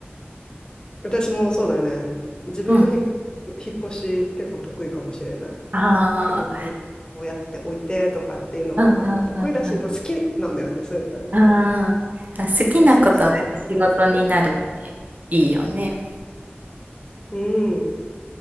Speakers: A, on the left (about 20°); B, on the right (about 40°).
A: 私もそうだよね。自分のひ引っ越し結構得意かもしれない。
B: うん。ああ、
A: 家具こうやって置いてとかっていうのが、
B: うんうんうんうん。
A: まあ、得意だし、まあ、好きなんだよね、そういうのがね。
B: あーあ、好きなことが仕事になるって
A: そうそうそうそう。
B: いいよね。
A: <laughs> うん。